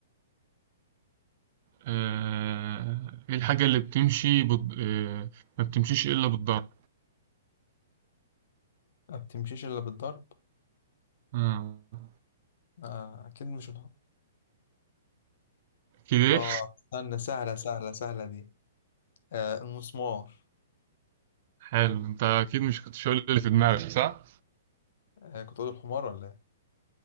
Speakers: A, on the right; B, on the left.
A: آه... ايه الحاجة اللي بتمشي بض... آه... ما بتمشيش إلا بالضرب
B: ما بتمشيش الا بالضرب
A: آه.
B: آه اكيد مش الحمار
A: كده
B: اه استنى سهله سهله سهله دي آه المسمار
A: حلو انت اكيد مش كنتش هقول اللي في دماغك صح؟
B: آه كنت اقول الحمار ولا ايه